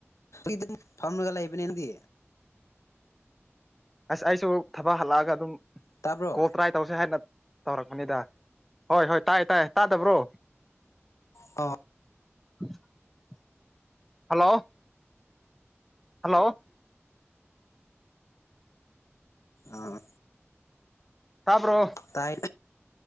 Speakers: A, on the left; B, in the centre.
A: ꯏꯗꯤ ꯐꯥꯝꯃꯒ ꯂꯩꯕꯅꯦ ꯅꯪꯗꯤ
B: ꯑꯁ ꯑꯩꯁꯨ ꯊꯕꯛ ꯍꯜꯂꯛꯑꯒ ꯑꯗꯨꯝ
A: ꯇꯥꯕ꯭ꯔꯣ
B: ꯀꯣꯜ ꯇ꯭ꯔꯥꯏ ꯇꯧꯁꯦ ꯍꯥꯏꯅ ꯇꯧꯔꯛꯄꯅꯤꯗ ꯍꯣꯏ ꯍꯣꯏ ꯇꯥꯏꯌꯦ ꯇꯥꯏꯌꯦ ꯇꯥꯗꯕ꯭ꯔꯣ
A: ꯑꯥ
B: <inaudible> ꯍꯜꯂꯣ ꯍꯜꯂꯣ
A: ꯑꯥ
B: ꯇꯥꯕ꯭ꯔꯣ
A: ꯇꯥꯏ